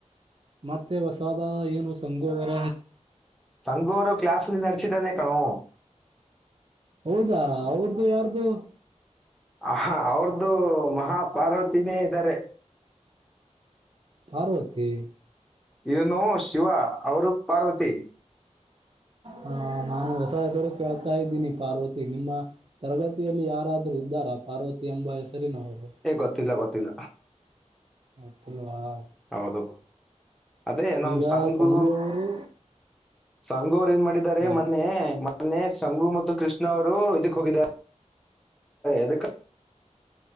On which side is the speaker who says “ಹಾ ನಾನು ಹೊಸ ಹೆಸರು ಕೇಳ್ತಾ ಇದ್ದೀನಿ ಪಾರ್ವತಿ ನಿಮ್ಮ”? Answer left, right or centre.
Right